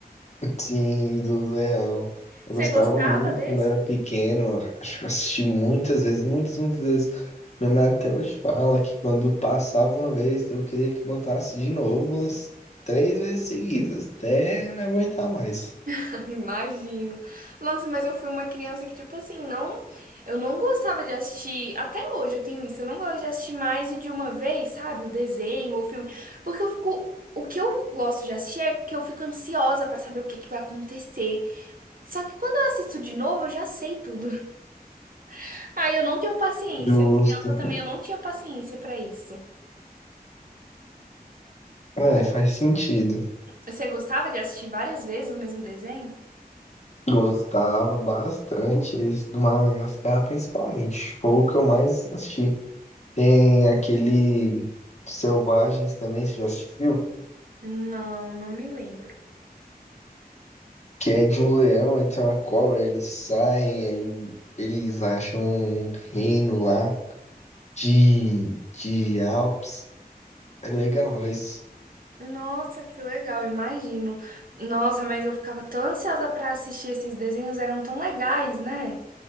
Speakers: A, on the left; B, on the right.
A: <laughs> Sim, do Leão. Eu
B: Você
A: gostava
B: gostava
A: muito
B: desse?
A: quando era pequeno. Acho que eu assisti muitas vezes, muitas, muitas vezes. Minha mãe até hoje fala que quando passava uma vez, eu queria que botasse de novo umas três vezes seguidas, até não aguentar mais.
B: <laughs> Imagino. Nossa, mas eu fui uma criança que, tipo assim, não. Eu não gostava de assistir. Até hoje eu tenho isso. Eu não gosto de assistir mais de uma vez, sabe? O desenho ou o filme. Porque eu fico. O que eu gosto de assistir é que eu fico ansiosa pra saber o que que vai acontecer. Só que quando eu assisto de novo, eu já sei tudo. <laughs> Aí eu não tenho paciência.
A: Justo.
B: Criança também, eu não tinha paciência pra isso.
A: É, faz sentido.
B: Você gostava de assistir várias vezes o mesmo desenho?
A: Gostava bastante esse do Madagascar, principalmente. Foi o que eu mais assisti. Tem aquele Selvagens também, você já assistiu?
B: Não, não me lembro.
A: Que é de um leão e tem uma cobra, eles saem, aí eles acham um reino lá de, de Alpes. É legal isso.
B: Nossa, que legal, imagino. Nossa, mas eu ficava tão ansiosa pra assistir esses desenhos, eram tão legais, né?